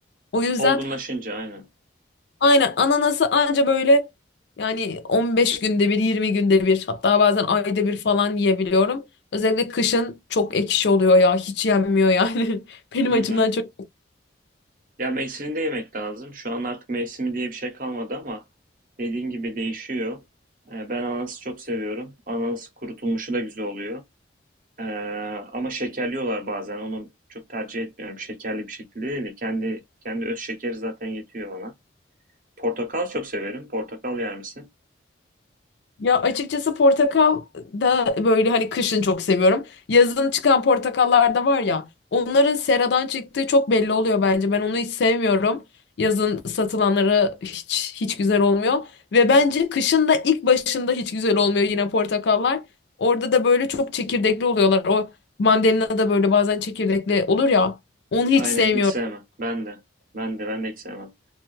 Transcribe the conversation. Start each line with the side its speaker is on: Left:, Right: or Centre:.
Left: O yüzden
Right: Olgunlaşınca aynen.
Left: aynen ananası anca böyle yani 15 günde bir 20 günde bir hatta bazen ayda bir falan yiyebiliyorum. Özellikle kışın çok ekşi oluyor ya hiç yenmiyor yani. <laughs> Benim
Right: Hı
Left: açımdan
Right: hı.
Left: çok
Right: Ya mevsiminde yemek lazım. Şu an artık mevsimi diye bir şey kalmadı ama dediğin gibi değişiyor. Ee, ben ananası çok seviyorum. Ananas kurutulmuşu da güzel oluyor. Ee, ama şekerliyorlar bazen. Onu çok tercih etmiyorum. Şekerli bir şekilde değil de kendi kendi öz şekeri zaten yetiyor bana. Portakal çok severim. Portakal yer misin?
Left: Ya açıkçası portakal da böyle hani kışın çok seviyorum. Yazın çıkan portakallar da var ya. Onların seradan çıktığı çok belli oluyor bence. Ben onu hiç sevmiyorum. Yazın satılanları hiç hiç güzel olmuyor ve bence kışın da ilk başında hiç güzel olmuyor yine portakallar. Orada da böyle çok çekirdekli oluyorlar. O mandalina da böyle bazen çekirdekli olur ya. Onu hiç
Right: Aynen
Left: sevmiyorum.
Right: hiç sevmem. Ben de. Ben de ben de hiç sevmem.